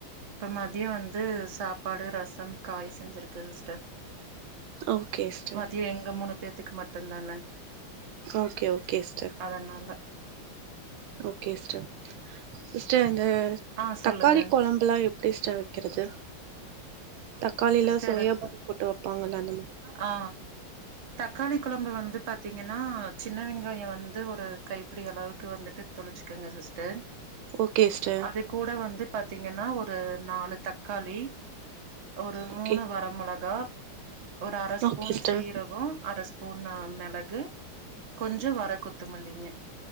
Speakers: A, on the right (about 45°); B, on the right (about 80°).
A: இப்ப மதியம் வந்து சாப்பாடு ரசம் காய் செஞ்சுருக்க சிஸ்டர்
B: ஓகே சிஸ்டர்
A: மதிய எங்க மூணு பேத்துக்கு மட்டுந்தான
B: ஓகே ஓகே ஸ்டர்
A: அதனால
B: ஓகே சிஸ்டர் சிஸ்டர் இந்த
A: ஆ சொல்லுங்க
B: தக்காளி கொழம்பு ல்லா எப்டி சிஸ்டர் வெக்கிறது தக்காளில
A: சிஸ்டர்
B: சோயாபான் போட்டு வைப்பாங்கல அந்த மாரி
A: ஆ ஆ தக்காளி கொழம்பு வந்து பாத்தீங்கன்னா சின்ன வெங்காயம் வந்து ஒரு கைப்பிடி அளவுக்கு வந்துட்டு தொளிச்சிக்கங்க சிஸ்டர்
B: ஓகே சிஸ்டர்
A: அது கூட வந்து பாத்தீங்கன்னா ஒரு நாலு தக்காளி ஒரு
B: ஓகே
A: மூணு வர மொளகா ஒரு அர ஸ்பூன்
B: ஓகே சிஸ்டர்
A: சீரகம் அரஸ் ஸ்புன் ஆ மெளகு கொஞ்சோ வர கொத்துமல்லிங்க